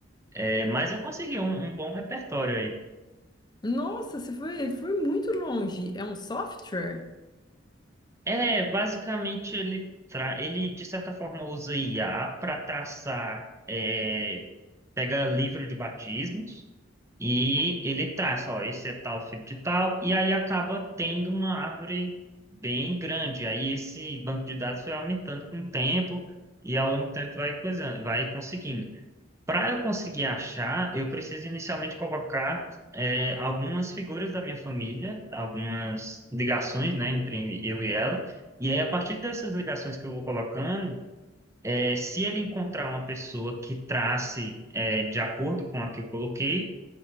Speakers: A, on the right; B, on the left.
A: É, mas eu consegui um, um bom repertório aí.
B: Nossa, você foi, foi muito longe. É um software?
A: É, basicamente ele, tra... ele de certa forma usa IA para traçar, é, pega livro de batismos e ele traça, ó, esse é tal filho de tal, e aí acaba tendo uma árvore bem grande. Aí esse banco de dados foi aumentando com o tempo e ao longo do tempo vai coisando, vai conseguindo. Para eu conseguir achar, eu preciso inicialmente colocar é, algumas figuras da minha família, algumas ligações, né, entre eu e ela. E aí, a partir dessas ligações que eu vou colocando, é, se ele encontrar uma pessoa que trace é, de acordo com a que eu coloquei,